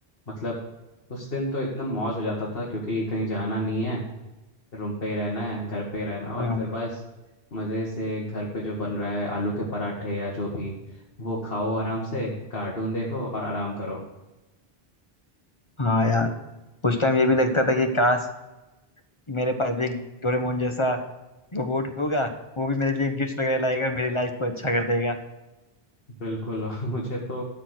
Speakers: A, on the left (about 65°); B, on the left (about 30°).
A: मतलब उस दिन तो इतना मौज हो जाता था क्योंकि कहीं जाना नहीं है रूम पे ही रहना है घर पे ही रहना और
B: हाँ
A: फिर हाँ बस मज़े से घर पे जो बन रहा है आलू के पराठे या जो भी वो खाओ आराम से कार्टून देखो और आराम करो
B: हाँ
A: हाँ
B: यार उस टाइम ये भी लगता था कि काश मेरे पास भी एक डोरेमोन जैसा रोबोट होगा वो भी मेरे लिए गिफ्ट वगैरह लाएगा मेरी लाइफ को अच्छा कर देगा
A: बिल्कुल <laughs> मुझे तो